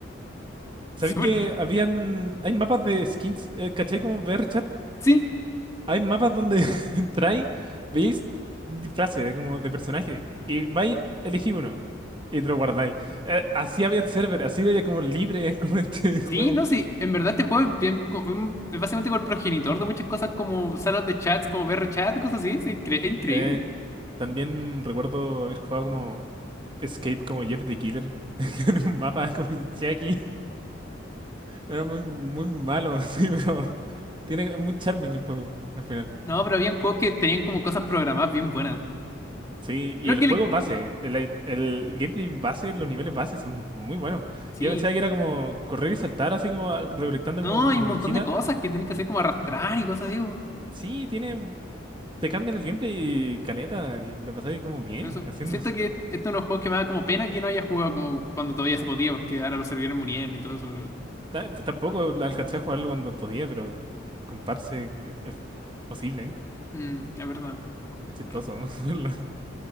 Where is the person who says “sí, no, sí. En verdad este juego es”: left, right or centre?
Left